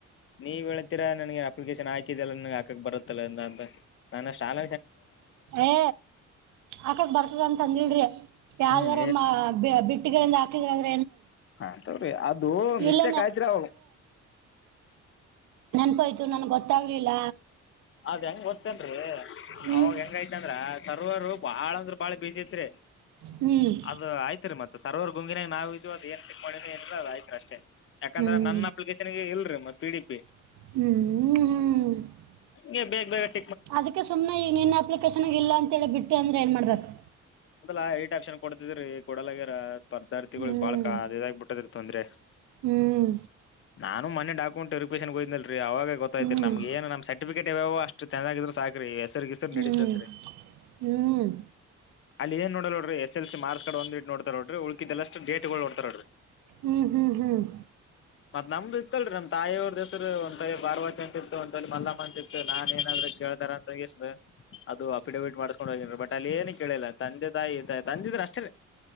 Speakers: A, on the left (about 45°); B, on the right (about 75°).
A: ನೀವ್ ಹೇಳ್ತಿರಾ ನನಗೆ ಅಪ್ಲಿಕೇಶನ್ ಹಾಕಿದಿಯಲ್ಲ ನಗ ಹಾಕಕ್ ಬರುತ್ತಲ್ಲ ಎ ಅಂತ, ನಾನಷ್ಟಾಲ
B: ಏ ಆಕಕ್ ಬರ್ತದಂತ ಅಂದಿಲ್ರಿ. ಯಾವ್ದಾರ
A: ಹ್ಮ್
B: ಮ ಬಿ ಬಿಟ್ಟಗರಂದ <inaudible>
A: ಆತವ್ರಿ, ಅದು ಮಿಸ್ಟೇಕ್
B: ಇಲ್ಲ
A: ಆಯತ್ರಿ ಅವಾಗ.
B: ನೆನ್ಪುಾಯ್ತು ನನ್ಗ್ ಗೊತ್ತಾಗ್ಲಿಲ್ಲ.
A: ಅದ್ ಹೆಂಗ್ ಗೊತ್ತೇನ್ರೀ,
B: ಹ್ಮ್
A: ಅವಾಗ ಹೆಂಗೈತಂದ್ರ. ಸರ್ವರು ಬಾಳಂದ್ರ ಬಾಳ ಬೀಸಿತ್ರಿ.
B: ಹ್ಮ್
A: ಅದು ಆಯ್ತ್ರಿ ಮತ್ ಸರ್ವರ್ ಗುಂಗಿನಾಗ ನಾವವು ಇದದು ಅದು ಏನ್ ಚಕ್ ಮಾಡೀವಿ ಅ್ರ ಅದುಯ್ತು ಅಷ್ಟೇ. ಯಾಕಂದ್ರ
B: ಹ್ಮ್
A: ನನ್ನ ಅಪ್ಲಿಕೇಶನ್ಗೆ ಇಲ್ರರಿ ಮತ್ತೆ. ಪಿಡಿಪಿ.
B: ಹ್ಮ್್ಮ.
A: ಬೇು ಬೇ.
B: ಅದಕ್ಕೆ ಸುಮನೆ ಈಗ ನಿನ್ ಅಪ್ಲಿಕೇಶನ್ಗ ಇಲ್ಲ ಅಂತೇಳಿ ಬಿಟ್ಟು ಅಂದ್ರೆ ಏನ್ ಮಾಡ್ಬೇಕು.
A: ಾ ಏಟ್ ಆಕ್ಷನ್ ಕೊಡ್ತಿದ್ರಿ ಕೊಡಲಾಗಿರ ಪದಾರ್ಥತಿಗಳಗ್
B: ಹ್ಮ್
A: ಬಾಳ ಕ ಅದ ಇದಾಗಗ್ಬ ಬಿಟ್ಟದ್ರ ತೊಂದ್ರೆ.
B: ಹ್ಮ್.
A: ನಾನು ಮನೆ ಡಾಕಂಟ ರಿಕೇನ್ಗಯ್ದಲ್ರಿ ಅವಾಗ ಗೊತ್ತ್ತಿರಿ
B: ಹ್ಮ್
A: ನಮಗೆ ಏನ್ ನಮ ಸಟ್. ರ್ಟಿಫಿಕಟ್ ಇವೋ ಅಷ್ಟ್ ಚೆನ್ನಾಗಿದ್ರ ಸಾಕ್ರೀ ಹೆಸರಿಸರು
B: ಹ್ಮ್
A: ನಡಿದಂರಿ
B: ಹ್ಮ್
A: ಅಲ್ಲಿ ಏನ್ ನೋಡಲ್ ನೋಡ್ರಿ ಎಸ್ ಎಲ್ ಸಿ ಮಾರ್ಕ್ಸ್ ಕಡ್ ಒಂದ್ ಇಟ್ಟ ನೋಡ್ತಾರ ನೋಡ್ರಿ ಉಳ್ಕಷ್ಟ ಡೇಟ್ ನೋಡ್ತಾರ ನೋಡ್ರಿ
B: ಹ್ಮ್ ಹ್ಮ್ ಹ್ಮ್ ಹ್ಮ್ ಹ್ಮ್ ಹ್ಮ್
A: ಮತ್ ನಮ್ದು ಇತ್ತಲ್ರರಿ ನಮ್ ತಾಯಿಯ ಅವ್ರ ಹೆಸರು ಒಾಯ ಬಾರ್ವ ಅಂತ. ತ್ತು ನಾನನ್ ಏನಾದ್ರರು ಕೇತಾರ ಅಂತ ಅದು ಅಫಿಡೇವಿಟ್ ಮಾಡ್ಸ್ಕೊಂಡ್ ಹೋಗೇನ್ಿ ಬಟ್ ಅಲ್ಲಿ ಏನನ್ ಕೇಳಲಿಲ್ಲ ತಂದೆ ತಾಯಿ ತಂದಿದ್ರ ಅಷ್ಟೇ ರೀ